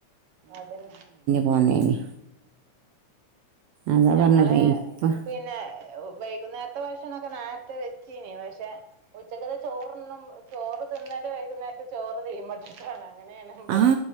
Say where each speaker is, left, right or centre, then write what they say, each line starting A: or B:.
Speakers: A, on the right; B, on the right.
A: അതന്നെ
B: പോന്നേന് അതാ
A: ഞങ്ങളെ
B: പറഞ്ഞത് ഇപ്പം
A: പിന്നെ വൈകുന്നേര്ത്തെ ഭ ക്ഷണാെക്കെ നേര്ത്തെ വെച്ചീനി പക്ഷെ ഉച്ചക്ക്ത്തെ ചോറ്ന്നും ചോറ് തിന്നല് വൈകുന്നേര്ത്തെ ചോറ് തീമട്ട്ട്ടാണ് അങ്ങനേണ് ബ്ടെ
B: ആ